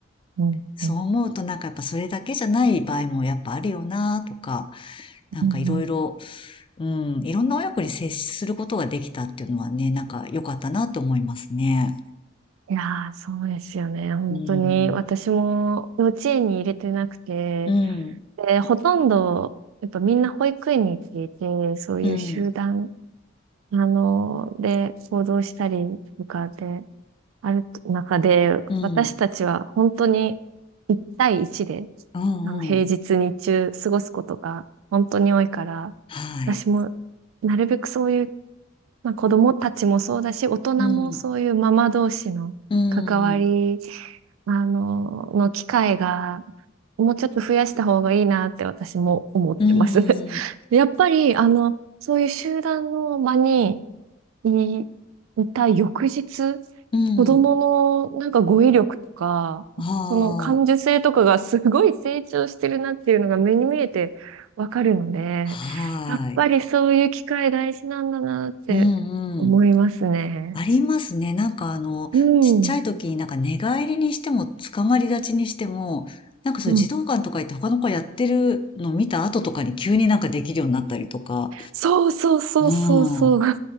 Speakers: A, on the right; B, on the left.
A: うん、
B: そう思うとなんかやっぱそれだけじゃない場合もやっぱあるよなとか、
A: うん、
B: なんかいろいろ、
A: うん。うん
B: うん、いろんな親子に接することができたっていうのはね、なんか良かったなと思いますね。
A: いやー、そうですよね。本当に、
B: うん、
A: 私も幼稚園に入れてなくて、
B: うん、
A: で、ほとんど、やっぱみんな保育園に行っていて、そういう集団
B: うん、
A: あの、で、行動したりとかで、ある中で、
B: うん、
A: 私たちは本当に一対一で、
B: うん、
A: あの、平日日中過ごすことが本当に多いから、
B: うん、はい。
A: 私もなるべくそういう、まあ、子供たちもそうだし、大人もそういうママ同士の関わり、
B: うん、うん、
A: あの、の機会が、もうちょっと増やした方がいいなって私も思ってます。
B: うん、
A: <laughs> やっぱり、あの、そういう集団の場にい、いた翌日、
B: うん、
A: 子供のなんか語彙力とか、
B: は
A: その感受性とかがすごい成長してるなっていうのが目に見えてわかるので、
B: あ。はーい。
A: やっぱりそういう機会大事なんだなって思いますね。
B: うんうん。ありますね。なんかあの、
A: うん。
B: ちっちゃい時になんか寝返りにしても、捕まり立ちにしても、なんかそういう児童館とか行って他の子やってるの見た後とかに急になんかできるようになったりとか、
A: うん。そうそうそうそうそう。
B: うん。